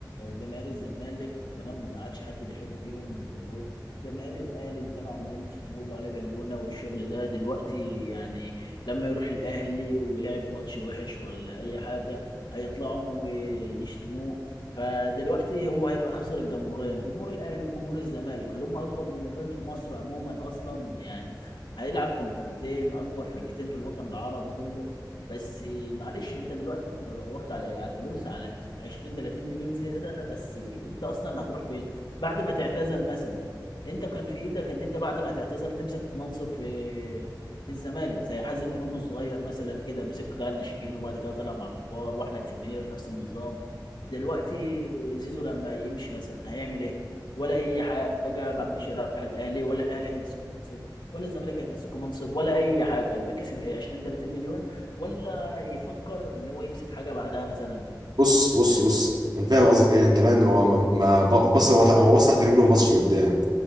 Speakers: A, on the left; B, on the right.
A: جماهير الزمالك تمام ما عادش حد بيحبه فيهم يكون هو جماهير الاهلي اللي كانوا عمالين يشتموا له عليه بالونه والشغل ده دلوقتي يعني لما يروح الاهلي ولعب ماتش وحش ولا اي حاجه هيطلعوا ويشتموه فدلوقتي هو هيبقى خسر الجمهورين جمهور الاهلي وجمهور الزمالك اللي هم اكبر جمهورين في مصر عموما اصلا يعني هيلعب في الفرقتين اكبر فرقتين في الوطن العربي كله بس معلش انت دلوقتي انت دورت على ايه على الفلوس على 20 30 مليون زياده بس انت اصلا هتروح فين بعد ما تعتزل مثلا انت كان في ايدك ان انت بعد ما تعتزل تمسك منصب في في الزمالك زي حازم امام الصغير مثلا كده مسك قطاع الناشئين وبعد كده طلع مع الكبار واحمد سمير نفس النظام دلوقتي زيزو لما يمشي مثلا هيعمل ايه ولا اي حاجه بقى مشي راح الاهلي ولا الاهلي هيمسكه منصب ولا الزمالك هيمسكه منصب ولا اي حاجه يبقى كسب ايه 20 30 مليون ولا يفكر ان هو يمسك حاجه بعدها مثلا
B: بص بص
A: فاهم
B: بص انا فاهم قصدك ايه انت فاهم هو ما ما- بص هو هو وسع رجله وما بصش لقدام